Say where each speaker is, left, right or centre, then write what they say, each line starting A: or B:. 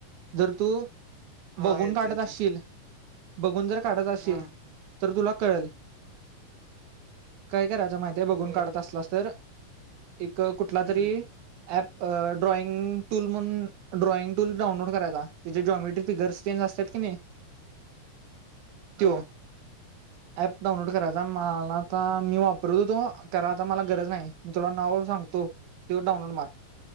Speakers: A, on the right (about 70°); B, on the right (about 85°).
A: जर तू
B: हा
A: बघून
B: येत
A: काढत
B: येत
A: असशील बघून जर काढत असशील
B: हा
A: तर तुला कळेल काय करायचं माहिती आहे बघून
B: बर
A: काढत असलास तर एक कुठला
B: हम्म
A: तरी ॲप ड्रॉइंग टूल म्हणून ड्रॉइंग टूल डाउनलोड करायचा त्याचे जॉमेट्री फिगर्स चेंज असतात कि ने
B: हा
A: तो ऍप डाउनलोड करायचा मला आता मी वापरत हो तो करा आता मला गरज नाही मी तुला नाव सांगतो तेव्हा डाउनलोड मार